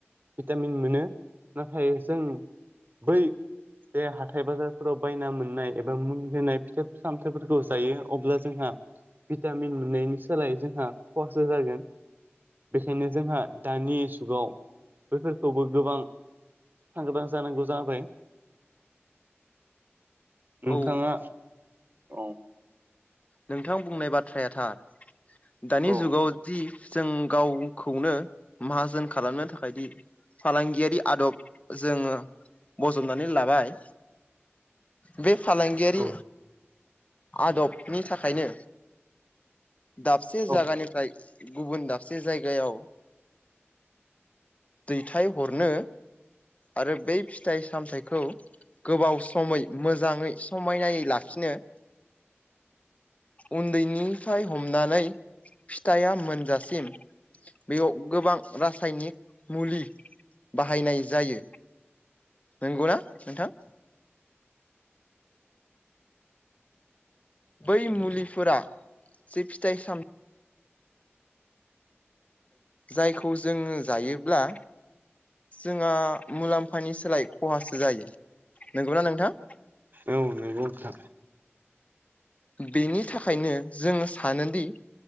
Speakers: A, on the right; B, on the left.
A: भिटामिन मोनो नाथाय जों बै जे हाथाय बाजारफोराव बायना मोननाय एबा मुलि होनाय फिथाइ सामथाइफोरखौ जायो अब्ला जोंहा भिटामिन मोननायनि सोलाय जोंहा खहासो जागोन। बेखायनो जोंहा दानि जुगाव बैफोरखौबो गोबां सांग्रां जानांगौ जाबाय। नोंथाङा
B: औ
A: औ
B: नोंथां बुंनाय बाथ्राया थार दानि
A: औ
B: जुगाव जि जों गावखौनो माहाजोन खालामनो थाखाय दि फालांगियारि आदब जोङो बजबनानै लाबाय
A: <inaudible>
B: बे फालांगियारि
A: औ
B: आदबनि थाखायनो दाबसे
A: औ
B: जायगानिफ्राय गुबुन दाबसे जायगायाव दैथाय हरनो आरो बै फिथाइ सामथाइखौ गोबाव समै मोजाङै समायनायै लाखिनो उन्दैनिफ्राय हमनानै फिथाइया मोनजासिम बेयाव गोबां रासायनिक मुलि बाहायनाय जायो नंगौनाा नोंथां? बै मुलिफोरा जे फिथाइ साम जायखौ जोङो जायोब्ला जोंहा मुलाम्फानि सोलाय खहासो जायो नंगौना नोंथां?
A: औ नंगौ नोंथां।
B: बेनि थाखायनो जोङो सानोदि